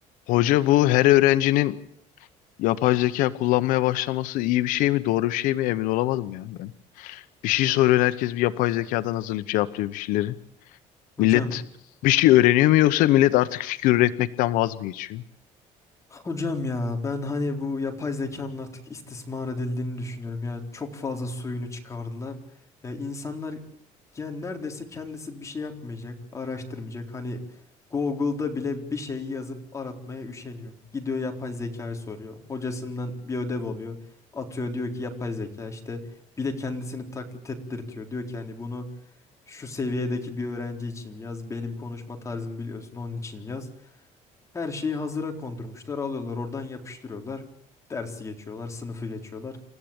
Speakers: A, on the left; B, on the left.
A: Hoca bu her öğrencinin yapay zeka kullanmaya başlaması iyi bir şey mi, doğru bir şey mi emin olamadım ya ben. Bir şey soruyor herkes bir yapay zekadan hazırlayıp cevaplıyor bir şeyleri.
B: Hocam,
A: Millet bir şey öğreniyor mu yoksa millet artık fikir üretmekten vaz mı geçiyor?
B: hocam ya ben hani bu yapay zekanın artık istismar edildiğini düşünüyorum ya. Çok fazla suyunu çıkardılar. Ya insanlar yani neredeyse kendisi bir şey yapmayacak, araştırmayacak. Hani Google'da bile bir şey yazıp aratmaya üşeniyor. Gidiyor yapay zekaya soruyor. Hocasından bir ödev alıyor. Atıyor diyor ki yapay zeka işte bir de kendisini taklit ettirtiyor. Diyor ki hani bunu şu seviyedeki bir öğrenci için yaz. Benim konuşma tarzımı biliyorsun onun için yaz. Her şeyi hazıra kondurmuşlar. Alıyorlar oradan yapıştırıyorlar. Dersi geçiyorlar, sınıfı geçiyorlar.